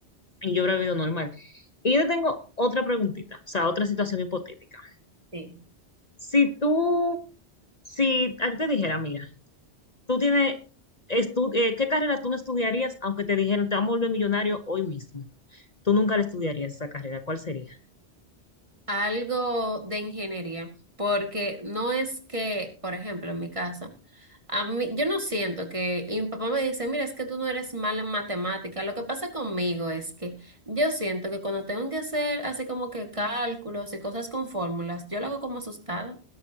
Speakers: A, on the left; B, on the right.
A: y yo hubiera vivido normal. Y yo te tengo otra preguntita, o sea, otra situación hipotética.
B: Sí.
A: Si tú, si a ti te dijera, mira, tú tienes, estu- eh, ¿qué carrera tú no estudiarías aunque te dijeran te vamos a volver millonario hoy mismo? Tú nunca le estudiarías esa carrera, ¿cuál sería?
B: algo de ingeniería, porque no es que, por ejemplo, en mi casa, a mí, yo no siento que, y mi papá me dice, mira, es que tú no eres mal en matemática. Lo que pasa conmigo es que yo siento que cuando tengo que hacer así como que cálculos y cosas con fórmulas, yo lo hago como asustada.